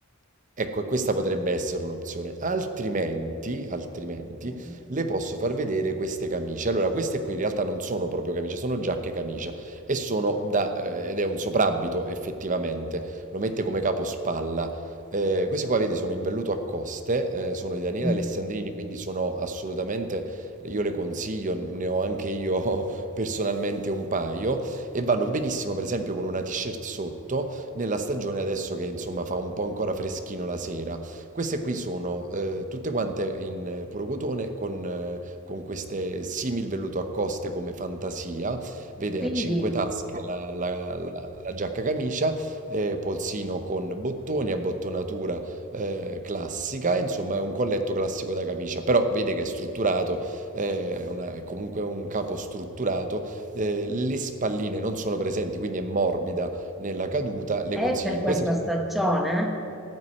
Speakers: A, on the right; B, in the centre.
A: Ecco, e questa potrebbe essere un'opzione. Altrimenti, altrimenti,
B: Mm.
A: le posso far vedere queste camicie. Allora, queste qui in realtà non sono proprio camicie, sono giacche camicia e sono da, eh, ed è un soprabito effettivamente. Lo mette come capospalla. Eh, queste qua, vedi, sono in velluto a coste, eh, sono di Daniele
B: Mhm.
A: Alessandrini, quindi sono assolutamente, io le consiglio, ne ho anche io <laughs> personalmente un paio e vanno benissimo, per esempio, con una t-shirt sotto nella stagione adesso che insomma fa un po' ancora freschino la sera. Queste qui sono eh, tutte quante in eh, puro cotone con, eh, con queste simil velluto a coste come fantasia, vede
B: Quindi
A: a cinque tasche la, la- la- la giacca camicia, eh, polsino con bottoni, abbottonatura eh, classica, insomma è un colletto classico da camicia, però vede che è strutturato, eh, una- è comunque un capo strutturato, eh, le spalline non sono presenti, quindi è morbida nella caduta, le
B: è
A: consiglio.
B: per questa
A: Questa è solo-
B: stagione?